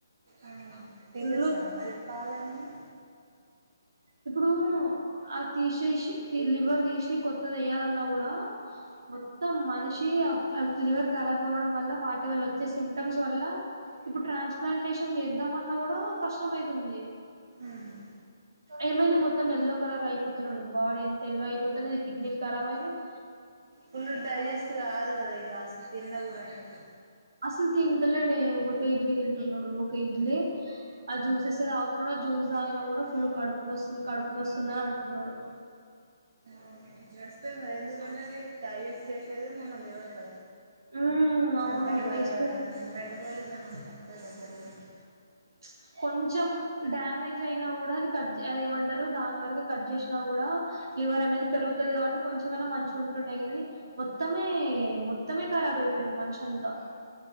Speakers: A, on the right; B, on the right.
A: అవునా తీసేస్తారా
B: ఫుల్లు
A: మరి పాలేమన్నా
B: ఇప్పుడు తీసేసి లివర్ తీసి కొత్త దయ్యాలం కూడా మొత్తం మనిషి లివర్ ఖరాబ్ అవ్వడం వల్ల వాటి వాళ్లు వచ్చే సిమ్టమ్స్ వల్ల ఇప్పుడు ట్రాన్స్ప్లాంటేషన్ చేద్దాంమన్నా కూడా కష్టం అవుతుంది
A: ఉహు
B: ఏమైంది మొత్తం ఎల్లో కలర్ అయిపోతున్నాడు బాడీ ఎంత ఎల్లో అయిపోతున్నది కిడ్నీలు కరాబయినయ్
A: తొందర డైజెస్ట్ కాల ఇగస తిన్న కూడా ఆయనకు
B: అసలు తింటలేడే ఒకటే ఇడ్లీ తిన్ తిన్నుడు ఒక ఇడ్లీ ఆ జ్యూసెస్ తాగుతున్నాడు ఆ జ్యూస్ జాగిన కూడా ఫుల్ కడునొస్తుంది కడుపునొస్తుందని అంటున్నడు
A: అవును నొస్తది ఎందుకంటే అది డిజెస్ట్ చేసేది మన లివర్ కదా
B: ఉమ్ అవును
A: అంటే బ
B: వేస్ట్
A: ఆ మెటబాలిజమ్ అక్కడేగా జరిగేది
B: ప్చ్ కొంచెం డ్యామేజ్ అయినా కూడా అది కజ్ అది ఏమంట్ దరు దాని వరకు కట్ చేసినా కూడా లివర్ అనేది పెరుగుతుంది కాబట్టి కొంచమనా మంచు ఉంటుండే గని మొత్తమే మొత్తమే ఖరాబ అయిపోయిండు మనిషంతా